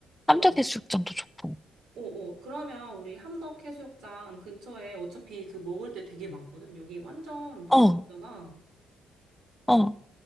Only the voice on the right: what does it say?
맞아.
오, 오. 그러면 우리 함덕 해수욕장 근처에 어차피 그 먹을 때 되게 많거든. 여기 완전 번화가잖아.
어.